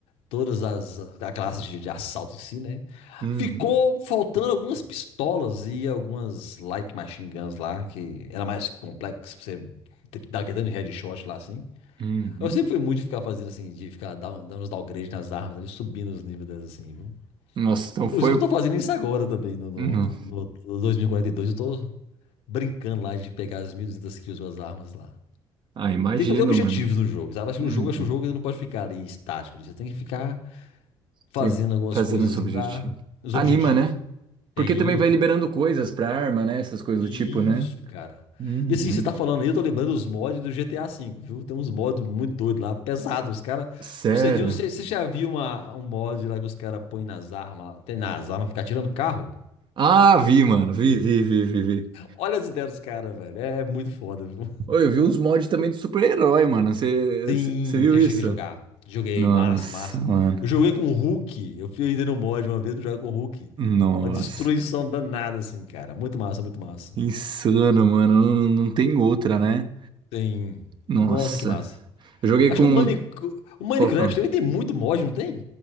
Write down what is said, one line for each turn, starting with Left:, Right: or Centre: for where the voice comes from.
Left: Todas as. A classe de, de assalto em si, né?
Right: Uhum.
Left: Ficou faltando algumas pistolas e algumas like machine guns lá, que era mais complexo pra você ter que dar aquele tanto de headshot lá assim.
Right: Uhum.
Left: Eu sempre fui muito de ficar fazendo assim, de ficar dando, dando uns downgrades nas armas ali, subindo os níveis delas assim, viu?
Right: Nossa, então
Left: Inclusive,
Right: foi.
Left: eu tô fazendo isso agora também, no, no,
Right: Uhum.
Left: no- no 2042. Eu tô brincando lá de pegar as 1.200 kills com as armas lá.
Right: Ah, imagino,
Left: Tem que fazer objetivos
Right: mano.
Left: no jogo, sabe? Acho que
Right: Uhum.
Left: no jogo, acho que o jogo ele não pode ficar ali estático. Você tem que ficar fazendo
Right: Tem-
Left: algumas
Right: Fazendo
Left: coisas
Right: os
Left: assim
Right: objetivos.
Left: pra os
Right: Anima,
Left: objetivos.
Right: né? Porque
Left: Tem.
Right: também vai liberando coisas pra arma, né? Essas coisas
Left: Isso,
Right: do tipo, né?
Left: cara.
Right: Uhum.
Left: E assim, você tá falando aí, eu tô lembrando os mods do GTA V, viu? Tem uns mods muito doidos lá, pesados. Os caras.
Right: Sério?
Left: Não sei, Dinho, você você já viu uma, um mod lá que os caras põem nas armas lá? Tem nas armas, ficar tirando carro?
Right: Ah, vi, mano. Vi, vi, vi, vi, vi.
Left: Olha as ideias dos caras, velho. É, é muito foda, viu?
Right: Oi, eu vi uns mods também de super-herói, mano. Você
Left: Sim,
Right: viu
Left: já
Right: isso?
Left: cheguei a jogar. Joguei,
Right: Nossa,
Left: massa, massa.
Right: mano.
Left: Eu joguei com o Hulk. Eu fui ainda no mod uma vez pra jogar com o Hulk.
Right: Nossa.
Left: Uma destruição danada, assim, cara. Muito massa, muito massa.
Right: Insano, mano. Não, não tem outra, né?
Left: Sim.
Right: Nossa.
Left: Nossa, que massa.
Right: Eu joguei
Left: Acho
Right: com.
Left: que o, Mine... o Minecraft
Right: Pô, fala.
Left: também tem muito mod, não tem?